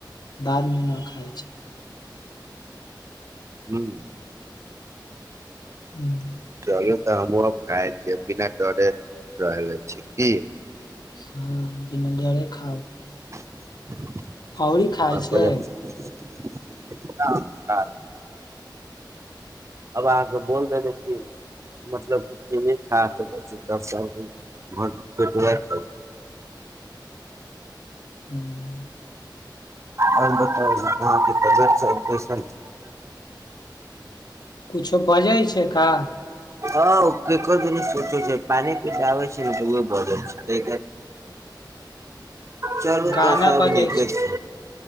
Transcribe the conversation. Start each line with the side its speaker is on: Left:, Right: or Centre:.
Left: बादमे न खाइ छै
Right: हम्म
Left: हम्म
Right: चलू तऽ हमहुँ आब खाइ छियै बिना डरे रहले छी की
Left: हँ बिना डरे खाओ
Right: <inaudible>
Left: हौरी खाय
Right: अब आपको
Left: छै
Right: जब <unintelligible> अब अहाँके बोल देबे कि मतलब की चीज नहि खा सकै छै तब सभ भर पेट वैह खाइ छै
Left: हम्म
Right: आओर बताउ अहाँके तबियत सब कैसन छै
Left: कुछो बजै छै का
Right: हँ ओ केकर दुनु कुकुर छै पानी पियाबै छै न तऽ ओ बजय छै चलू
Left: गाना
Right: तऽ सभ
Left: बजै
Right: नीके छै